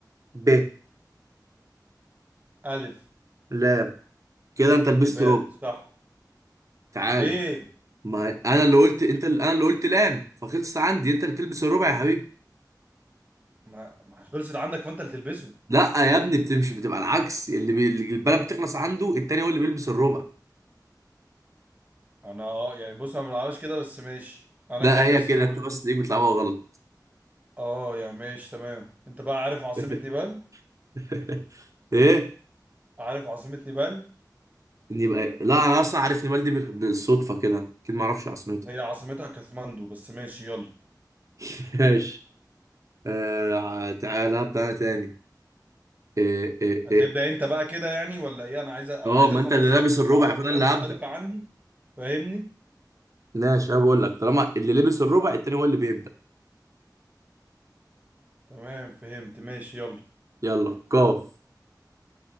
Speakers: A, on the right; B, on the right.
A: ب
B: الف
A: لام كده انت لبست
B: نبال
A: ربع
B: صح
A: تعال
B: ليه
A: ما انا اللي قلت انت اللي انا اللي قلت لام فخلصت عندي انت اللي بتلبس الربع يا حبيبي
B: ما ما خلصت عندك فانت اللي تلبسه
A: لا يا ابني بتمشي بتبقى العكس اللي, بي... اللي البلد بتخلص عنده التاني هو اللي بيلبس الربع
B: انا اه يعني بص انا ما بلعبهاش كده بس ماشي انا
A: ده
B: كلبس
A: هي كده
B: رول
A: انت بس تلاقيك بتلعبها غلط
B: اه يعني ماشي تمام انت بقى عارف عاصمة
A: <laughs>
B: نيبال
A: <laughs> ايه
B: عارف عاصمة نيبال
A: إن يبقى لا انا اصلا عارف نمال دي بال- بالصدفه كده اكيد ما اعرفش عصنته
B: هي عاصمتها كاثماندو بس ماشي يلا
A: <laughs> ماشي آه تعالى ابدا انا تاني إيه إيه
B: هتبدأ
A: إيه.
B: انت بقى كده يعني ولا ايه انا عايز انا
A: اه
B: عايز
A: ما
B: افهم
A: انت اللي
B: بس
A: لابس
B: عشان انت
A: الربع
B: بتلعبها
A: فانا
B: بطريقة
A: اللي
B: مختلفة
A: هبدا
B: عني فاهمني
A: ماشي انا بقول لك طالما اللي لبس الربع التاني هو اللي بيبدا
B: تمام فهمت ماشي يلا
A: يلا قاف